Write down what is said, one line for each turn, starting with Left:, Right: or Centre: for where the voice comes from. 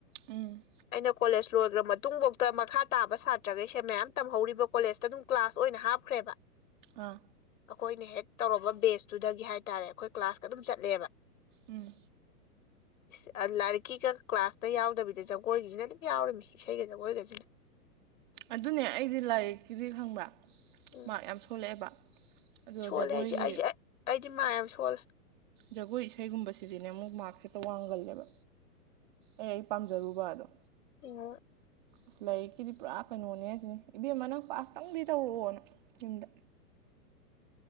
Right: ꯎꯝ
Left: ꯑꯩꯅ ꯀꯣꯂꯦꯖ ꯂꯣꯏꯈ꯭ꯔ ꯃꯇꯨꯡꯐꯧꯗ ꯃꯈꯥ ꯇꯥꯕ ꯁꯥꯇ꯭ꯔꯈꯩꯁꯦ ꯃꯌꯥꯝ ꯇꯝꯍꯧꯔꯤꯕ ꯀꯣꯂꯦꯖꯇ ꯑꯗꯨꯝ ꯀ꯭ꯂꯥꯁ ꯑꯣꯏꯅ ꯍꯥꯞꯈ꯭ꯔꯦꯕ
Right: ꯑꯥ
Left: ꯑꯩꯈꯣꯏꯅ ꯍꯦꯛ ꯇꯧꯔꯕ ꯕꯦꯁꯇꯨꯗꯒꯤ ꯍꯥꯏ ꯇꯔꯦ ꯑꯩꯈꯣꯏ ꯀ꯭ꯂꯥꯁ ꯑꯗꯨꯝ ꯆꯠꯂꯦꯕ
Right: ꯎꯝ
Left: <inaudible> ꯂꯥꯏꯔꯤꯛꯀꯤꯒ ꯀ꯭ꯂꯥꯁꯇ ꯌꯥꯎꯗꯕꯤꯗ ꯖꯒꯣꯏꯒꯤꯁꯤꯅ ꯑꯗꯨꯝ ꯌꯥꯎꯔꯤꯃꯤ ꯏꯁꯩꯒ ꯖꯒꯣꯏꯒꯖꯦ
Right: ꯑꯗꯨꯅꯦ ꯑꯩꯗꯤ ꯂꯥꯏꯔꯤꯛꯁꯤꯗꯤ ꯈꯪꯕ꯭ꯔꯥ
Left: ꯎꯝ
Right: ꯃꯥꯛ ꯌꯥꯝ ꯁꯣꯜꯂꯛꯑꯦꯕ ꯑꯗꯣ
Left: ꯁꯣꯜꯂꯦ
Right: ꯖꯒꯣꯏꯒꯤ
Left: ꯍꯥꯏꯁꯦ ꯑꯩꯁꯦ ꯑꯩꯗꯤ ꯃꯥꯛ ꯌꯥꯝ ꯁꯣꯜꯂꯦ
Right: ꯖꯒꯣꯏ ꯏꯁꯩꯒꯨꯝꯕꯁꯤꯗꯤꯅꯦ ꯑꯃꯨꯛ ꯃꯥꯛꯁꯦ ꯍꯦꯛꯇ ꯋꯥꯡꯒꯜꯂꯦꯕ ꯑꯩ ꯑꯩ ꯄꯥꯝꯖꯔꯨꯕ ꯗꯣ
Left: <inaudible>
Right: ꯑꯁ ꯂꯥꯏꯔꯤꯛꯀꯤꯗꯤ ꯄꯨꯔꯥ ꯀꯩꯅꯣꯅꯦ ꯍꯥꯏꯁꯤꯅꯦ ꯏꯕꯦꯝꯃ ꯅꯪ ꯄꯥꯁꯇꯪꯗꯤ ꯇꯧꯔꯛꯑꯣꯅ ꯌꯨꯝꯗ